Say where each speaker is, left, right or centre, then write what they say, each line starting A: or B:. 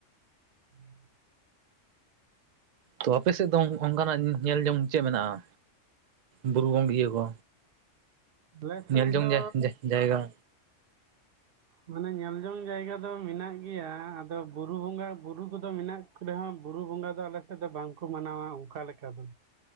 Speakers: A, on the right (about 55°); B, on the right (about 85°).
A: ᱦᱩᱸ
B: ᱛᱚ ᱟᱯᱮᱥᱮᱫ ᱫᱚ ᱚᱱᱠᱟᱱᱟᱜ ᱧᱮᱞ ᱡᱚᱝ ᱪᱮᱫ ᱢᱮᱱᱟᱜᱼᱟ᱾ ᱵᱩᱨᱩ ᱵᱚᱱ ᱤᱭᱟᱹ ᱠᱚ
A: ᱟᱞᱮ ᱥᱮᱫ
B: ᱧᱮᱞ ᱡᱚᱝ
A: ᱫᱚ
B: ᱡᱟᱭᱜᱟ
A: ᱢᱟᱱᱮ ᱧᱮᱞ ᱡᱚᱝ ᱡᱟᱭᱜᱟ ᱫᱚ ᱢᱮᱱᱟᱜ ᱜᱮᱭᱟ ᱟᱫᱚ ᱵᱩᱨᱩ ᱵᱚᱸᱜᱟ ᱵᱩᱨᱩ ᱠᱚᱫᱚ ᱢᱮᱱᱟᱜ ᱜᱮᱭᱟ᱾ ᱨᱮᱦᱚᱸ ᱵᱩᱨᱩ ᱵᱚᱸᱜᱟ ᱫᱚ ᱟᱞᱮᱥᱮᱫ ᱫᱚ ᱵᱟᱝᱠᱚ ᱢᱟᱱᱟᱣᱟ ᱚᱱᱠᱟ ᱞᱮᱠᱟ ᱫᱚ᱾